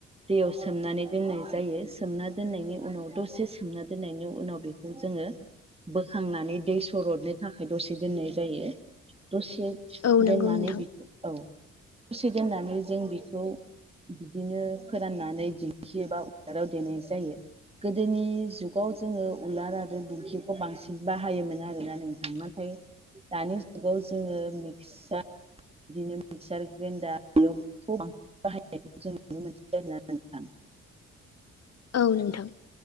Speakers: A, on the right; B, on the left.
A: दैयाव सोमनानै दोननाय जायो सोमना दोननायनि उनाव दसे सोमना दोननायनि उनाव बेखौ जोङो बोखांनानै दै सरदनो थाखाय दसे दोननाय जायो दसे
B: औ नंगौ
A: दोननानै
B: नोंथां
A: बेखौ औ दसे दोननानै जों बेखौ बिदिनो फोराननानै दिंखिबा उलाराव देनाय जायो गोदोनि जुग आव जोङो उलार आरो दिंखिखौ बांसिन बाहायोमोन आरोना नोंथां नाथाय दानि जुगाव जोङो मिक्सार बिदिनो मिक्सार ग्रेन्डार बेखौसि बाहायनायखौ जों नुनो मोन आरोना नोंथां
B: औ नोंथां